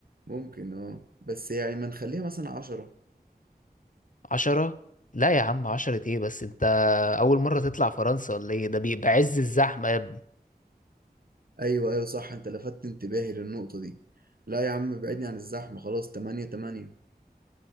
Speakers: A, on the right (about 65°); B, on the left (about 50°).
A: ممكن اه بس يعني ما نخليها مثلا عشرة
B: 10 لا يا عم 10 ايه بس انت اول مرة تطلع فرنسا ولا ايه ده بيبقى عز الزحمة يا ابني
A: ايوه ايوه صح انت لفتت انتباهي للنقطة دي لا يا عم ابعدني عن الزحمة خلاص 8 8